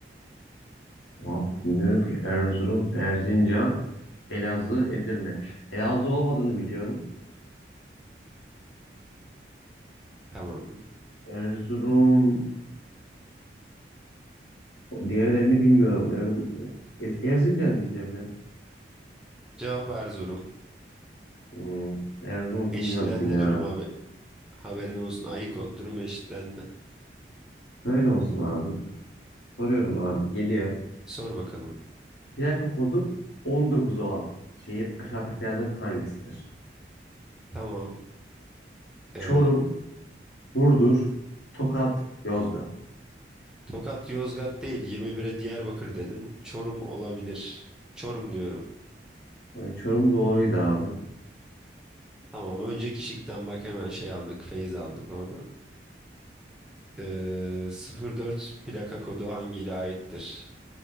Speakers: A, on the left; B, in the centre.
A: Abi bilmiyorum ki Erzurum, Erzincan, Elazığ, Edirne. Elazığ olmadığını biliyorum.
B: Tamam.
A: Erzurum, diğerlerini bilmiyorum. Erzurum, Ez- Erzincan diyeceğim ya.
B: Cevap Erzurum.
A: Hmm, Erzurum'u bilmiyordum
B: Eşitlendi
A: ya.
B: durum abi. Haberin olsun ayık ol. Durum eşitlendi.
A: Böyle olsun abi. Soruyorum abi, geliyor.
B: Sor bakalım.
A: Plaka kodu 19 olan şehir aşağıdakilerden hangisidir?
B: Tamam. Ee,
A: Çorum, Burdur, Tokat, Yozgat.
B: Tokat Yozgat değil 21'e Diyarbakır dedin. Çorum olabilir. Çorum diyorum.
A: Ve Çorum doğruydu abi.
B: Tamam önceki şıktan bak hemen şey aldık feyz aldık oradan. Ee, 04 plaka kodu hangi ile aittir?